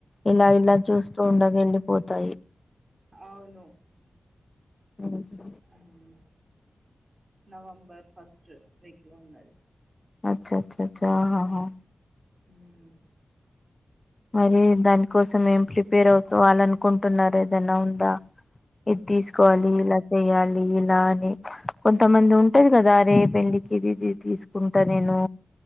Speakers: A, on the left; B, on the right.
A: ఇలా ఇలా చూస్తూ ఉండగ ఎల్లిపోతాయి.
B: అవును
A: మ్
B: మ్ నవంబర్ ఫస్ట్ వీక్ లో ఉన్నది.
A: అచ్చచ్చచ్చ అహహ.
B: మ్.
A: మరీ దాని కోసం ఏం ప్రిపేర్ అవుతు వాళ్ళనుకుంటున్నార ఏదన్న ఉందా? ఇది తీసుకోవాలి
B: ఆ,
A: ఇల వెయాలి ఇలా అని కొంతమంది ఉంటది గదా, అరే పెళ్ళికి ఇదిది తీస్ కుంట నేను